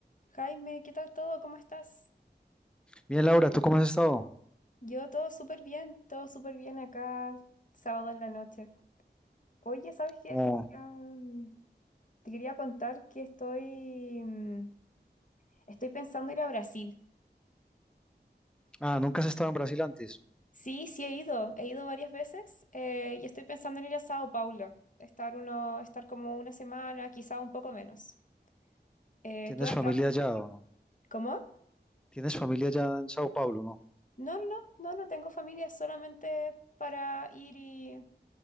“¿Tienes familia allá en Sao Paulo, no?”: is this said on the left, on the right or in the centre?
Centre